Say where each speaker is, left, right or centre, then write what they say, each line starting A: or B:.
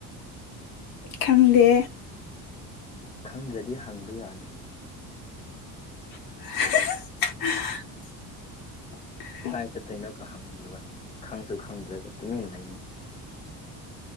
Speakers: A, on the left; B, on the left.
A: ꯈꯪꯗꯦ
B: ꯈꯪꯗ꯭ꯔꯗꯤ ꯍꯪꯕ ꯌꯥꯗ꯭꯭ꯔꯣ
A: <inaudible> <unintelligible>
B: ꯀꯥꯏ ꯆꯠꯇꯣꯏꯅꯣ ꯀ ꯍꯪꯗꯦꯕ ꯈꯪꯁꯨ ꯈꯪꯗ꯭ꯔꯒ ꯇꯨꯃꯤꯟꯅ ꯂꯩ